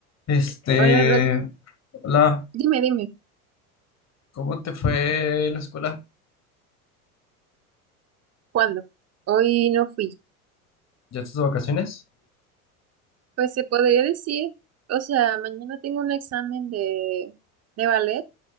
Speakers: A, on the left (about 35°); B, on the right (about 35°).
A: Este,
B: Hola, Rod.
A: hola,
B: Dime, dime,
A: ¿cómo te fue en la escuela?
B: ¿cuándo? Hoy no fui.
A: ¿Ya estás de vacaciones?
B: Pues se podría decir, o sea, mañana tengo un examen de, de ballet